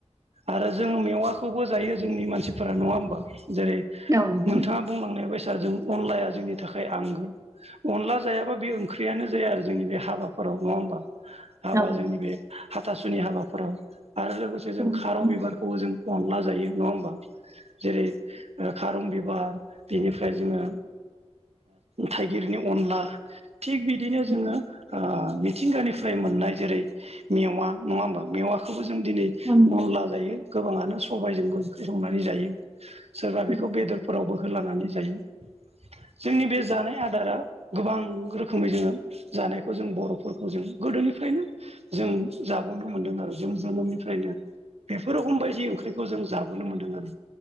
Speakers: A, on the right; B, on the right.
A: आरो जों मेवाखौबो जायो जोंनि मानसिफोरा नङा होमबा जेरै
B: औ नोंथां
A: नोंथाङा बुंलांनाय बायसा जों अनलाया जोंनि थाखाय आंगो अनला जायाबा बे ओंख्रियानो जाया आरो जोंनि बे हाबाफोराव नङा होमबा हाबा
B: औ नोंथां औ
A: जोंनि बे हाथासुनि हाबाफोराव आरो लोगोसे जों
B: नोंथां
A: खारौ बिबार खौ जों अनला जायो नङा होमबा जेरै खारं बिबार बिनिफ्राय जोङो थाइगिरनि अनला थिग बिदिनो
B: उम,
A: जोङो मिथिंगानिफ्राय मोननाय जेरै मेवा नङा होमबा मेवाखौबो जों दिनै
B: उम,
A: अनला जायो गोबाङानो सबायजोंबो ओंख्रि संनानै जायो सोरबा
B: उम,
A: बेखौ बेदरफोरावबो होलानानै जायो जोंनि बे जानाय आदारा गोबां रोखोमै जोङो जानायखौ जों बर'फोरखौ जों गोदोनिफ्रायनो जों जाबावनो मोनदों आरो जों जोनोमनिफ्रायनो बेफोर रखम बायदि ओंख्रिखौ जों जाबोनो मोन्दों आरो